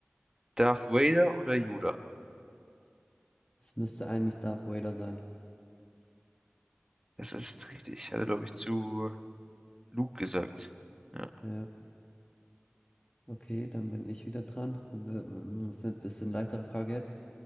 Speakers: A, on the right; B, on the left.
A: Darth Vader oder Yoda?
B: es müsste eigentlich Darth Vader sein.
A: Das ist richtig, hat er, glaube ich, zu Luke gesagt. Ja,
B: Ja, okay, dann bin ich wieder dran. W- m, Das ist eine bisschen leichtere Frage jetzt.